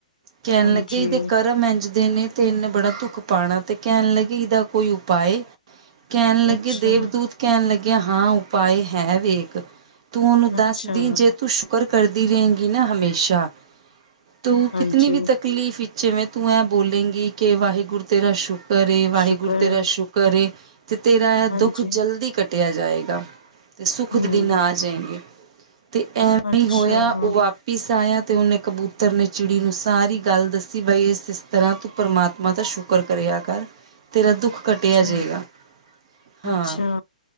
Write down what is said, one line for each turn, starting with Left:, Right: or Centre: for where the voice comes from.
Right: ਕਹਿਣ
Left: ਹਾਂਜੀ,
Right: ਲੱਗੇ ਇਹਦੇ ਕਰਮ ਐਂਜਦੇ ਨੇ ਤੇ ਇਹਨੇ ਬੜਾ ਦੁੱਖ ਪਾਣਾ ਤੇ ਕਹਿਣ ਲੱਗੇ ਇਹਦਾ ਕੋਈ ਉਪਾਏ ਕਹਿਣ ਲੱਗੇ
Left: ਅੱਛਾ,
Right: ਦੇਵਦੂਤ ਕਹਿਣ ਲੱਗੇ ਕਿ ਹਾਂ ਉਪਾਏ ਹੈ ਵੇਖ, ਤੂੰ ਉਹਨੂੰ ਦੱਸਦੀ
Left: ਅੱਛਾ,
Right: ਜੇ ਤੂੰ ਸ਼ੁਕਰ ਕਰਦੀ ਰੲਏਗੀ ਨਾ ਹਮੇਸ਼ਾ ਤ
Left: ਹਾਂਜੀ,
Right: ਕਿਤਨੀ ਵੀ ਤਕਲੀਫ਼ ਜਿਵੇਂ ਤੂੰ ਐ ਬੋਲੇਂਗੀ ਕਿ ਵਾਹਿਗੁਰੂ ਤੇਰਾ ਸ਼ੁਕਰ ਏ ਵਾਹਿਗੁਰੂ
Left: ਸ਼ੁਕਰ
Right: ਤੇਰਾ
Left: ਏ,
Right: ਸ਼ੁਕਰ ਏ ਤੇ ਤੇਰਾ ਇਹ
Left: ਹਾਂਜੀ।
Right: ਦੁੱਖ ਜਲਦੀ ਕੱਟਿਆ ਜਾਏਗਾ ਤੇ ਸੁੱਖ
Left: ਹੂੰ,
Right: ਦੇ ਦਿਨ ਆ ਜਾਏਂਗੇ ਤੇ ਐਂ
Left: ਅੱਛਾ-ਅੱਛਾ,
Right: ਵੀ ਹੀ ਹੋਇਆ, ਉਹ ਵਾਪਿਸ ਆਇਆ ਤੇ ਉਹਨੇ ਕਬੂਤਰ ਨੇ ਚਿੜੀ ਨੂੰ ਸਾਰੀ ਗੱਲ ਦੱਸੀ ਬਈ ਇਸ ਇਸ ਤਰ੍ਹਾਂ ਤੂੰ ਪ੍ਰਮਾਤਮਾ ਦਾ ਸ਼ੁਕ ਤੂੰ ਕਰਿਆ ਕਰ ਤੇਰਾ ਦੁੱਖ ਕੱਟਿਆ
Left: ਅੱਛਾ
Right: ਜਾਏਗਾ, ਹਾਂ-
Left: ਅੱਛਾ,